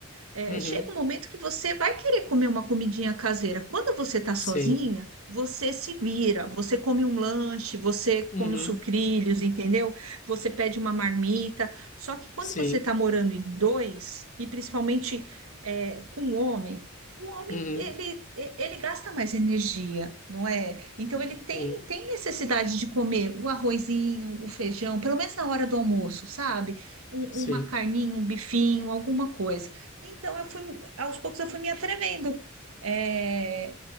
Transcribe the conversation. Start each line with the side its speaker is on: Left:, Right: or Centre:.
Right: É,
Left: uhum,
Right: chega um momento que você vai querer comer uma comidinha caseira. Quando você está
Left: sim.
Right: sozinha, você se vira, você come um lanche, você
Left: Uhum,
Right: come os sucrilhos, entendeu? Você pede uma marmita. Só que quando
Left: sim.
Right: você está morando em dois, e principalmente é, com um homem, o homem
Left: Uhum,
Right: ele, ele gasta mais energia, não é? Então ele tem,
Left: uhum,
Right: tem necessidade de comer o arrozinho, o feijão, pelo menos na hora do almoço, sabe? Um-
Left: sim.
Right: uma carninha, um bifinho, alguma coisa. Então, eu fui, aos poucos eu fui me atrevendo. É,